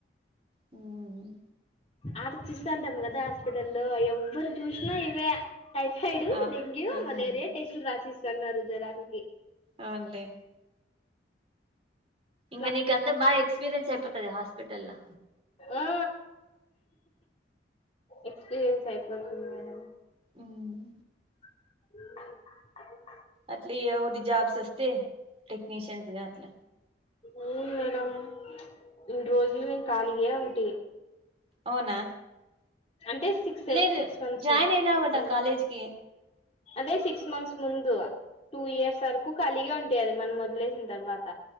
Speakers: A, on the right (about 30°); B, on the left (about 35°).
A: మ్
B: ఆడ చుస్తా ఉంటాం కదా హాస్పిటల్ల్లో ఎవ ఎవరు జూసినా ఇవే టైఫాయిడ్
A: ఆ
B: డెంగ్యూ
A: ఉమ్
B: మలేరియా టెస్టులు రాసిస్ సన్నారు జరానికి
A: అవున్లే
B: ఇట్లా
A: ఇంగ నీకంతా బా ఎక్స్పీరియన్స్ అయిపోతది హాస్పిటల్లో
B: ఆ ఎక్స్పీరియన్స్ అయిపోతది మేడం
A: మ్మ్
B: అ
A: అట్లే ఎవోటి జాబ్స్ వస్తే టెక్నిషియన్స్గ అట్ల
B: అవును మేడం ఇన్ని రోజులు నేను ఖాళీగా ఉంటి
A: అవునా
B: అంటే సిక్స్ సెవ
A: లేదు
B: సిక్స్ మంత్స్
A: జాయిన్ అయినావు కదా
B: మ్
A: కాలేజీకి
B: అదే సిక్స్ మంత్స్ ముందు టూ ఇయర్స్ వరకు ఖాళీగ తె అది మనం వదిలేసిన తర్వాత